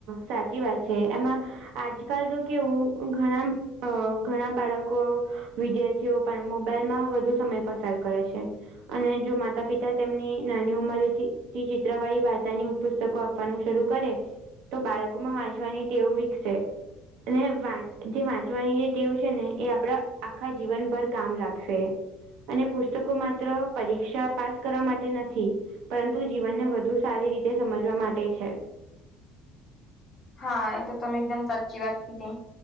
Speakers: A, on the right; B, on the left.
A: સાચી વાત છે. એમાં આજકાલ તો કેવું ઘણાં ઘણાં બાળકો, વિદ્યાર્થીઓ પણ મોબાઈલમાં વધુ સમય પસાર કરે છે. અને જો માતા પિતા તેમની નાની ઉંમરેથી થી ચિત્રવાળી વાર્તાની પુસ્તકો આપવાનું શરૂ કરે તો બાળકોમાં વાંચવાની ટેવ વિકસે. <unintelligible> અને જે વાંચવાની જે ટેવ છે ને એ આપડા આખાં જીવનભર કામ લાગશે. અને પુસ્તકો માત્ર પરીક્ષા પાસ કરવા માટે નથી. પરંતુ જીવનને વધુ સારી રીતે સમજવા માટે છે.
B: હા એ તો તમે એકદમ સાચી વાત કીધી.